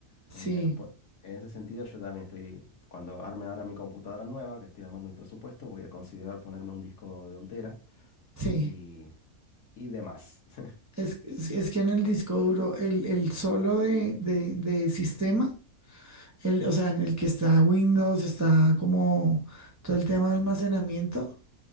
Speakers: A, on the right (about 20°); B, on the left (about 55°).
A: sí,
B: Eh, po- en ese sentido, yo también estoy, cuando arme ahora mi computadora nueva, que estoy armando el presupuesto, voy a considerar ponerme un disco de un tera
A: sí.
B: y, y demás. <laughs>
A: Es, es- es que en el disco duro, el, el solo de, de- de sistema, el, o sea, en el que está Windows, está como todo el tema de almacenamiento,